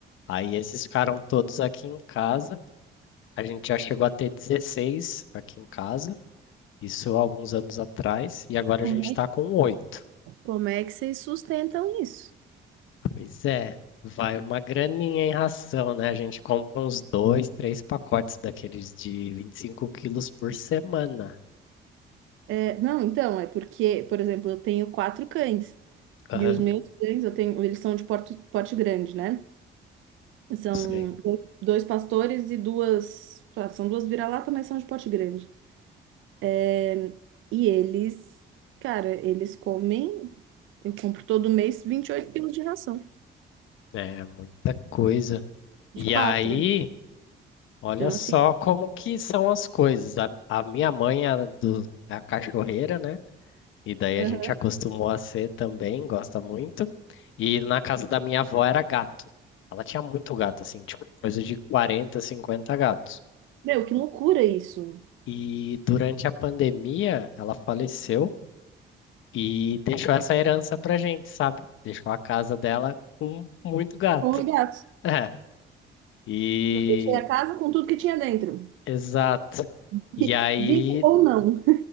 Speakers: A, on the left; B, on the right.
A: Aí esses ficaram todos aqui em casa. A gente já chegou a ter 16 aqui em casa. Isso há alguns anos atrás. E agora
B: Como
A: a gente está
B: é,
A: com oito.
B: como é que vocês sustentam isso?
A: Pois é, vai uma graninha em ração, né? A gente compra uns dois, três pacotes daqueles de 25 quilos por semana.
B: É, não, então, é porque, por exemplo, eu tenho quatro cães.
A: Aham,
B: E os meus cães, eu tenho, eles são de porte, porte grande, né? São
A: sim.
B: dois dois pastores e duas. ah, São duas vira-lata, mas são de porte grande. É, E eles, cara, eles comem. Eu compro todo mês 28 quilos de ração.
A: É muita coisa.
B: Os
A: E
B: quatro.
A: aí, olha
B: Então,
A: só
B: assim.
A: como que são as coisas. A, a minha mãe é, do, é a cachorreira, né? E daí
B: aham.
A: a gente acostumou a ser também, gosta muito. E na casa da minha avó era gato. Ela tinha muito gato, assim, tipo, coisa de 40 50 gatos.
B: Meu, que loucura isso.
A: E durante a pandemia, ela faleceu e deixou essa herança pra gente, sabe? Deixou a casa dela com muito gato.
B: Com os
A: <laughs>
B: gatos.
A: É. E.
B: Eu deixei a casa com tudo que tinha dentro.
A: Exato.
B: <laughs>
A: E aí,
B: Vivo ou não.